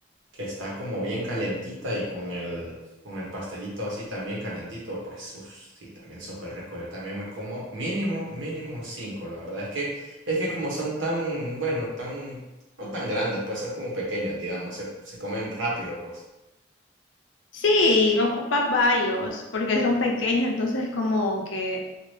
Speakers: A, on the right; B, on the left.
A: que está como bien calentita y con el, con el pastelito así también calentito, pues uf, sí, también súper rico. Yo también me como mínimo, mínimo cinco, la verdad. Es que, es que como son tan, bueno, tan, no tan grandes, pues son como pequeños, digamos, se, se comen rápido, pues.
B: Sí, ocupa varios, porque son pequeños, entonces como que